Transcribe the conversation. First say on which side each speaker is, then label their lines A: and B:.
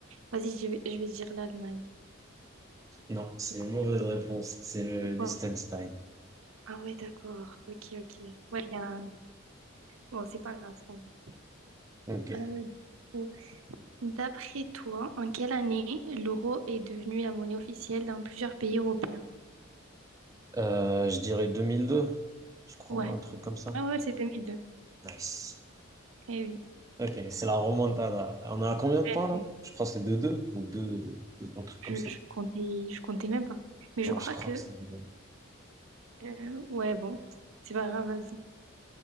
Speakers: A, on the right (about 80°); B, on the right (about 15°).
A: Vas-y, je vais, je vais dire l'Allemagne.
B: Non, c'est
A: C'est quoi?
B: une mauvaise réponse. C'est le
A: C'est
B: Liechtenstein.
A: quoi? Ah ouais, d'accord. Ok, ok. Ouais, il y a... un- Bon, c'est pas grave. c'est pas grave.
B: Ok.
A: Euh, du coup, d'après toi, en quelle année l'euro est devenu la monnaie officielle dans plusieurs pays européens?
B: Euh, je dirais 2002, je crois,
A: Ouais.
B: un truc comme ça.
A: Ah ouais, c'est deux mille deux
B: Nice.
A: Eh oui.
B: Ok, c'est la remontada. On a combien de
A: Ouais.
B: points là? Je crois que c'est deux deux ou deux un truc
A: Je,
B: comme ça.
A: je comptais, je comptais même pas. Mais je
B: Non,
A: crois
B: je crois
A: que,
B: que c'est deux deux.
A: euh, ouais, bon, c'est pas grave, vas-y.